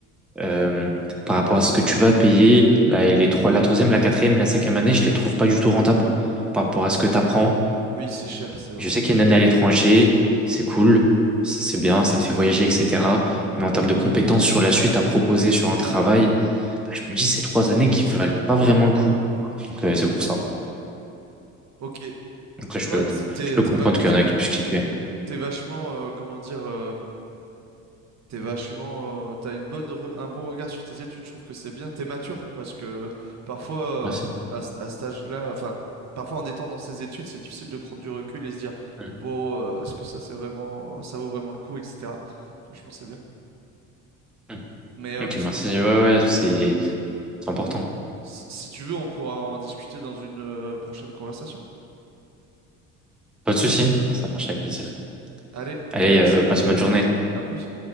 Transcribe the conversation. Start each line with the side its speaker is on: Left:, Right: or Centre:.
Centre: euh, par rapport à ce que tu vas payer, la, les trois, la troisième, la quatrième, la cinquième année, je les trouve pas du tout rentables par rapport à ce que tu apprends.
Right: Oui, c'est cher, c'est vrai.
Centre: Je sais qu'il y a une année à l'étranger, c'est cool, c'est c'est bien, ça te fait voyager, etc. Mais en termes de compétences sur la suite à proposer sur un travail, bah, je me dis ces trois années qui valent pas vraiment le coup. Donc euh,
Right: Mhm.
Centre: c'est pour ça.
Right: Ok.
Centre: Après, je peux,
Right: Ouais, t- t'es
Centre: je peux
Right: t'es
Centre: comprendre
Right: va-
Centre: qu'il
Right: t'es-
Centre: y en a qui puissent kiffer.
Right: t'es vachement, euh, comment dire, euh, T'es vachement, euh, t'as une bonne, re- un bon regard sur tes études. Je trouve que c'est bien. T'es mature parce que parfois,
Centre: Merci.
Right: euh, à, ce- à cet âge-là, enfin, parfois en étant dans ses études, c'est difficile de prendre du recul et se dire,
Centre: Mm.
Right: bon, euh, est-ce que ça, c'est vraiment, ça vaut vraiment le coup, etc. Franchement, c'est bien.
Centre: Mm.
Right: Mais euh,
Centre: Ok,
Right: s-
Centre: merci. Ouais, ouais, c'est c'est important.
Right: s- si tu veux, on pourra en discuter dans une euh, prochaine conversation.
Centre: Pas de souci, ça marche avec plaisir.
Right: Allez, merci.
Centre: Allez, euh, passe une bonne journée.
Right: À plus.